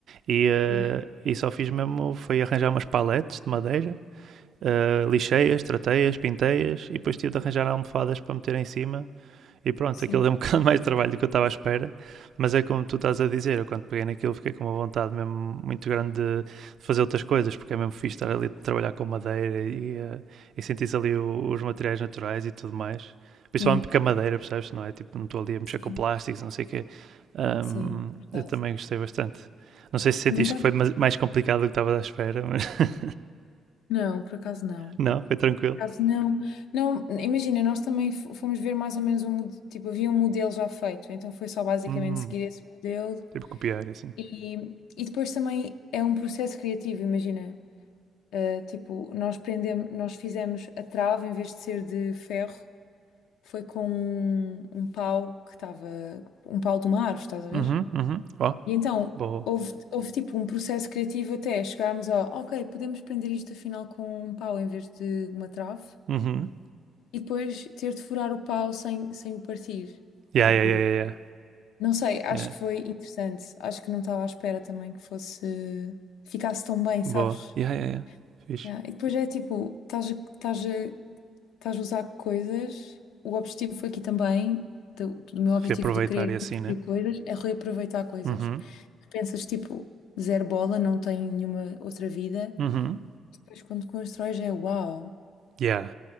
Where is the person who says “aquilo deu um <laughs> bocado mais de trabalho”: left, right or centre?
Right